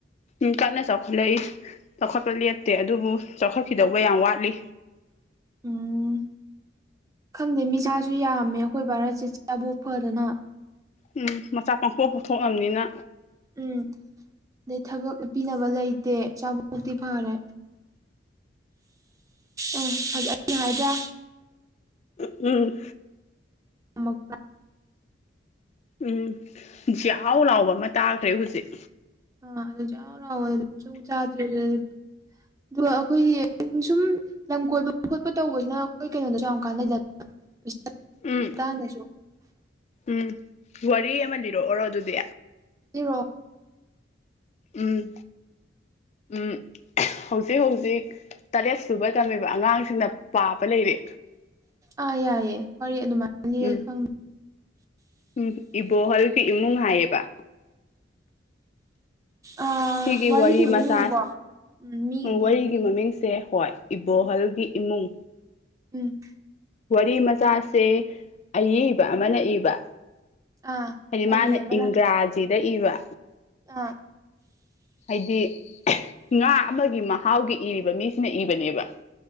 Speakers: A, on the left (about 35°); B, on the right (about 20°).
A: ꯎꯝ ꯀꯟꯅ ꯆꯥꯎꯈꯠꯂꯛꯏ ꯆꯥꯎꯈꯠꯄ ꯂꯦꯞꯇꯦ ꯑꯗꯨꯕꯨ ꯆꯥꯎꯈꯠꯈꯤꯗꯧꯕ ꯌꯥꯝ ꯋꯥꯠꯂꯤ
B: ꯎꯝ ꯈꯪꯗꯦ ꯃꯤꯁꯥꯁꯨ ꯌꯥꯝꯃꯦ ꯑꯈꯣꯏ ꯚꯥꯔꯠꯁꯦ ꯆꯥꯕꯣꯛ ꯐꯗꯅ
A: ꯎꯝ ꯃꯆꯥ ꯄꯥꯡꯊꯣꯛ ꯄꯨꯊꯣꯛꯅꯝꯅꯤꯅ
B: ꯎꯝ ꯑꯗꯩ ꯊꯕꯛ ꯄꯤꯅꯕ ꯂꯩꯇꯦ ꯆꯥꯕꯣꯛꯇꯤ ꯐꯥꯔꯦ ꯑꯥ ꯍꯧꯖꯤꯛ ꯑꯩꯅ ꯍꯥꯏꯗ꯭ꯔꯥ
A: ꯎꯝ
B: ꯃꯛꯄ꯭ꯔꯥ
A: ꯎꯝ ꯖ꯭ꯌꯥꯎ ꯂꯥꯎꯕ ꯑꯃ ꯇꯥꯈ꯭ꯔꯦ ꯍꯨꯖꯤꯛ
B: ꯑꯥ ꯑꯗꯨ ꯖꯥꯎ ꯂꯥꯎꯋꯦ ꯆꯨꯖꯥ <unintelligible> ꯗꯨꯔꯣ ꯑꯈꯣꯏꯒꯤ ꯁꯨꯝ ꯂꯝ ꯀꯣꯏꯕ ꯈꯣꯠꯄ ꯇꯧꯕꯁꯤꯅ ꯑꯈꯣꯏ ꯀꯩꯅꯣꯗꯁꯨ ꯌꯥꯝ ꯀꯥꯟꯅꯩꯗꯟ <unintelligible>
A: ꯎꯝ
B: ꯇꯥꯡꯗꯁꯨ
A: ꯎꯝ ꯋꯥꯔꯤ ꯑꯃ ꯂꯤꯔꯛꯑꯣꯔꯣ ꯑꯗꯨꯗꯤ
B: ꯂꯤꯔꯣ
A: ꯎꯝ ꯎꯝ ꯍꯧꯖꯤꯛ ꯍꯧꯖꯤꯛ ꯇꯔꯦꯠ ꯁꯨꯕ ꯇꯝꯃꯤꯕ ꯑꯉꯥꯡꯁꯤꯡꯅ ꯄꯥꯕ ꯂꯩꯔꯤꯛ
B: ꯑꯥ ꯌꯥꯏꯌꯦ ꯋꯥꯔꯤ ꯑꯗꯨꯃꯥꯏꯅ ꯂꯤꯔꯥꯗꯤ
A: ꯎꯝ
B: ꯈꯪ
A: ꯎꯝ ꯏꯕꯣꯍꯜꯒꯤ ꯏꯃꯨꯡ ꯍꯥꯏꯌꯦꯕ
B: ꯑꯥ
A: ꯁꯤꯒꯤ
B: ꯋꯥꯔꯤꯒꯤ
A: ꯋꯥꯔꯤ
B: ꯃꯃꯤꯡꯅꯤꯀꯣ
A: ꯃꯆꯥ
B: ꯃꯤ
A: ꯎꯝ
B: ꯅꯠꯇꯦ
A: ꯋꯥꯔꯤ ꯒꯤ ꯃꯥꯃꯤꯡꯁꯦ ꯍꯣꯏ ꯏꯕꯣꯍꯜꯒꯤ
B: ꯎꯝ
A: ꯏꯃꯨꯡ
B: ꯎꯝ
A: ꯋꯥꯔꯤ ꯃꯆꯥꯁꯦ ꯑꯏꯕ ꯑꯃꯅ ꯏꯕ
B: ꯑꯥ
A: ꯍꯥꯏꯗꯤ
B: ꯀꯕꯤ
A: ꯃꯥꯅ
B: ꯑꯃꯅ
A: ꯏꯪꯒ꯭ꯔꯥꯖꯤꯗꯥ ꯏꯕ
B: ꯑꯥ
A: ꯍꯥꯏꯗꯤ ꯉꯥ ꯑꯃꯒꯤ ꯃꯍꯥꯎꯒꯤ ꯏꯔꯤꯕ ꯃꯤꯁꯤꯅ ꯏꯕꯅꯦꯕ